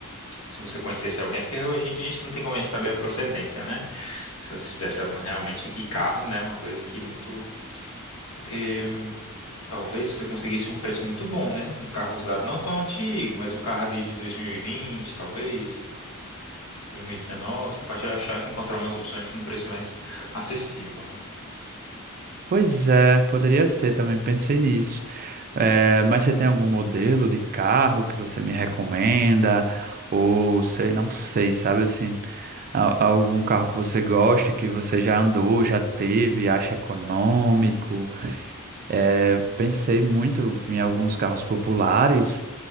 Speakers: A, on the left; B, on the right.
A: se você conhecesse alguém, porque hoje em dia a gente não tem como a gente saber a procedência, né? Se você tivesse algum- realmente, e carro, né? Uma coisa que muito. Porque Talvez você conseguisse um preço muito bom, né? Um carro usado não tão antigo, mas um carro ali de 2020, talvez, 2019, você pode achar, encontrar umas opções com um preço mais acessível, né?
B: Pois é, poderia ser também, pensei nisso. Eh, mas você tem algum modelo de carro que você me recomenda? Ou sei, não sei, sabe assim, a- algum carro que você gosta, que você já andou, já teve, acha econômico? É, pensei muito em alguns carros populares,